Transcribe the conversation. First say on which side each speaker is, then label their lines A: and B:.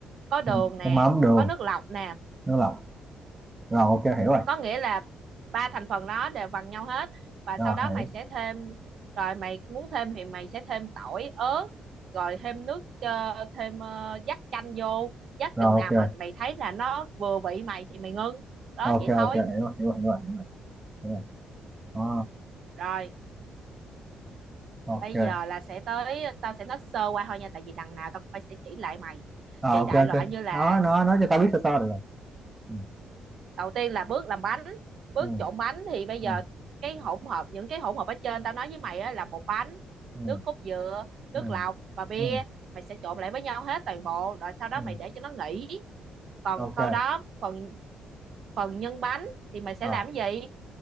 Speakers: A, on the right; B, on the right.
A: có đường
B: ừ.
A: nè
B: nước mắm đường
A: có nước lọc nè
B: nước lọc rồi ok hiểu rồi
A: có nghĩa là ba thành phần đó đều bằng nhau hết và
B: rồi
A: sau đó
B: hiểu
A: mày sẽ thêm rồi mày muốn thêm thì mày sẽ thêm tỏi ớt rồi thêm nước ờ, thêm ờ, dắt chanh vô dắt
B: rồi
A: chừng nào
B: ok
A: mà mày thấy là nó vừa vị mày thì mày ngưng đó
B: ok
A: vậy thôi
B: ok hiểu rồi hiểu rồi hiểu rồi hiểu rồi hiểu rồi à,
A: rồi
B: ok
A: bây giờ là sẽ tới tao sẽ nói sơ qua thôi nha tại vì đằng nào tao cũng phải sẽ chỉ lại mày
B: Ờ,
A: thì
B: ok
A: đại
B: ok
A: loại như là
B: nói nói nói cho tao biết sơ sơ được rồi ừ
A: đầu tiên là bước làm bánh bước
B: ừ
A: trộn bánh thì bây giờ
B: ừ
A: cái hỗn hợp những cái hỗn hợp ở trên tao nói với mày á, là bột bánh
B: ừ
A: nước cốt dừa nước
B: ừ
A: lọc và bia
B: ừ
A: mày sẽ trộn lại với nhau hết toàn bộ rồi sau đó
B: ừ.
A: mày để cho nó nghỉ còn
B: ok
A: sau đó phần phần nhân bánh thì mày sẽ
B: Ờ,
A: làm cái gì